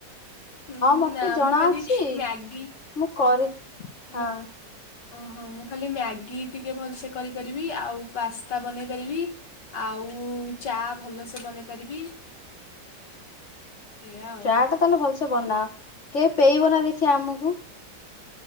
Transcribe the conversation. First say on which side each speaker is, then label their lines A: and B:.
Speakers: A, on the left; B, on the left.
A: ହଁ
B: ମତେ
A: ନା
B: ଜଣା
A: ମୁଁ ଖାଲି
B: ଅଛି
A: ମ୍ୟାଗି
B: ମୁଁ କରି ହଁ
A: ମୁଁ ଓହୋ ମୁଁ ଖାଲି ମ୍ୟାଗି ଟିକେ ଭଲସେ କରିପାରିବି ଆଉ ପାସ୍ତା ବନେଇ ପାରିବି। ଆଉ ଚା ଭଲ ସେ ବନେଇ ପାରିବି ଏଇଆ ଆଉ।
B: ଚା ଟା ତାହେଲେ ଭଲ ସେ ବନା କିଏ ପେଇବ ନା ଦେଖି ଆମକୁ